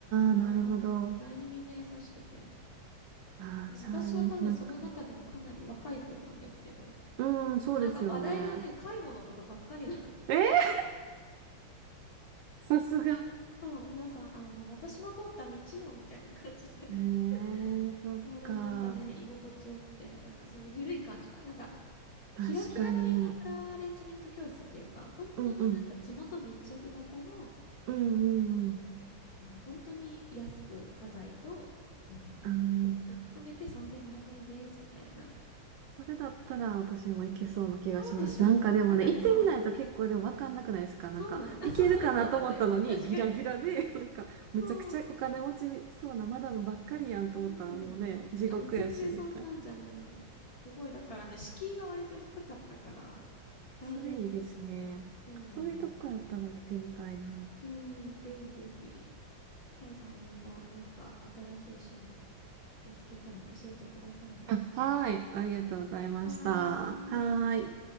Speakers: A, on the right; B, on the left.
A: あ、なるほど。
B: おー、意外にみんな優しくて。
A: ああ、
B: 私は多分その中でもかなり若い方なんですけど、
A: じゃあ、いいなんか、うん、そうですよね。
B: なんか話題がね、介護のことばっかり
A: えーさすが。
B: そう、皆さん、あー、もう私も通った道よ、みたいな感じで。<laughs>
A: えー、そっか。
B: そう、でもなんかね、居心地よくて、なんかその緩い感じが、なんか、
A: 確かに。
B: キラキラ系のフラワーアレンジメント教室っていうか、本当になんか地元密着型の、
A: うんうん。うんうんうん。
B: あの、本当に安く家財と、あの、
A: あの、
B: レッスン含めて3500円です、みたいな。
A: それだったら私もいけそうな気がします。
B: そうでしょ、
A: なんかでもね、
B: そう、なんかね、
A: 行ってみないと結構でもわかんなくないですかなんか、
B: そう、そうなん、あ、
A: いけるかなと思ったのにギラギラで、
B: そうそう、そうだね。確かに。
A: <laughs> なんか、
B: そう。
A: むちゃくちゃお金持ちそうなマダムばっかりやんと思ったらもうね、
B: そうだよね。
A: 地獄やし、
B: あ、もう全然そんなんじゃないんだよ。
A: みたいな。
B: すごい、だからね、敷居が割と低かったから、入りやすくて、
A: それいいですね。
B: そうなんですよ。
A: そういうとこやったら行ってみたいな。
B: うん、ぜひぜひ、さえさんまたなんか新しい趣味見つけたら教えてくださいね。
A: あ、はい。ありがとうございました。
B: はーい。
A: はい。